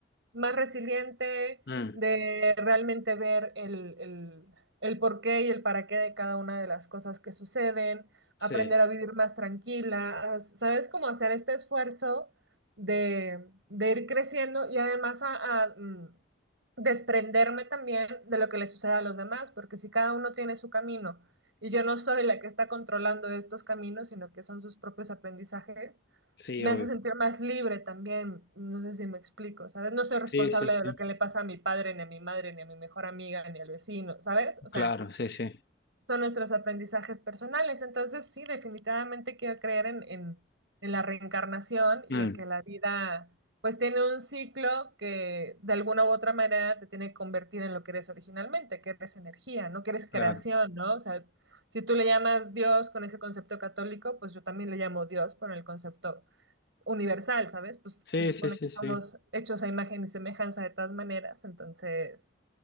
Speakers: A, on the right; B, on the left.
A: más resiliente,
B: Mm.
A: de realmente ver el, el, el porqué y el para qué de cada una de las cosas que suceden,
B: Sí,
A: aprender a vivir más tranquila, a- ¿sabes? cómo hacer este esfuerzo de, de ir creciendo y además a, a, mm, desprenderme también de lo que le sucede a los demás, porque si cada uno tiene su camino y yo no soy la que está controlando estos caminos, sino que son sus propios aprendizajes,
B: sí,
A: me
B: obvio.
A: hace sentir más libre también, no sé si me explico, ¿sabes? No soy responsable
B: Sí, sí, sí.
A: de lo que le pasa a mi padre, ni a mi madre, ni a mi mejor amiga, ni al vecino, ¿sabes? O sea,
B: Claro, sí, sí.
A: son nuestros aprendizajes personales. Entonces, sí, definitivamente quiero creer en, en- en la reencarnación
B: Mm.
A: y en que la vida, pues, tiene un ciclo que de alguna u otra manera te tiene que convertir en lo que eres originalmente, que eres energía, ¿no? Que eres
B: Claro.
A: creación, ¿no? O sea, si tú le llamas Dios con ese concepto católico, pues yo también le llamo Dios con el concepto universal, ¿sabes? Pues
B: Sí,
A: se supone
B: sí, sí,
A: que somos
B: sí.
A: hechos a imagen y semejanza de todas maneras, entonces...